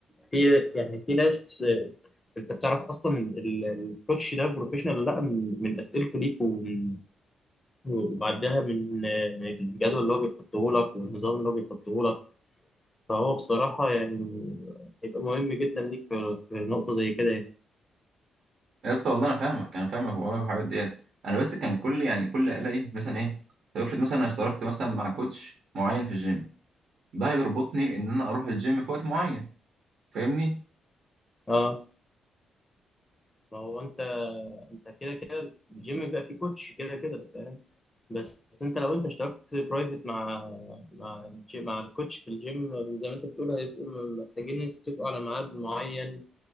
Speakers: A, on the left; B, on the right.
A: في يعني في ناس آه، انت بتعرف اصلا من ال- الكوتش ده بروفيشنال ولا لا من, من اسئلته ليك ومن- وبعدها من آه، الجدول اللي هو بيحطه لك والنظام اللي هو بيحطه لك فهو بصراحه يعني هيبقى مهم جدا ليك في, في نقطه زي كده يعني
B: يا اسطى والله انا فاهمك انا فاهمك وراك في الحاجات ديت انا بس كان كل يعني كل الاقي مثلا ايه طب افرض مثلا انا اشتركت مثلا مع كوتش معين في الجيم ده هيربطني ان انا اروح الجيم في وقت معين فاهمني
A: اه ما هو انت انت كده كده الجيم بيبقى فيه كوتش كده كده فاهم بس انت لو انت اشتركت برايفت مع مع الجي... مع الكوتش في الجيم زي ما انت بتقول هيبقوا محتاجين ان انتوا تتفقوا على ميعاد معين